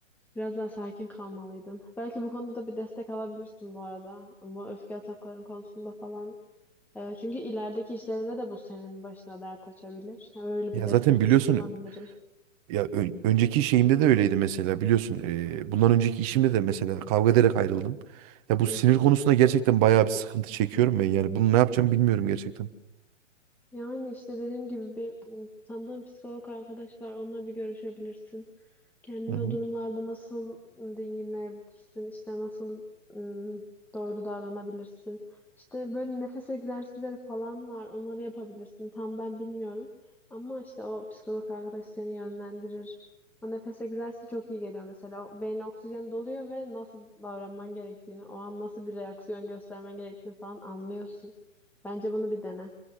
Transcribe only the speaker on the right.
Ya
zaten biliyorsun
Ya ö- önceki şeyimde de öyleydi mesela biliyorsun. e, bundan önceki işimde de mesela kavga ederek ayrıldım. Ya bu
sinir
konusunda gerçekten bayağı bir sıkıntı çekiyorum ben yani. Bunu ne yapacağım bilmiyorum gerçekten.
Hı hı.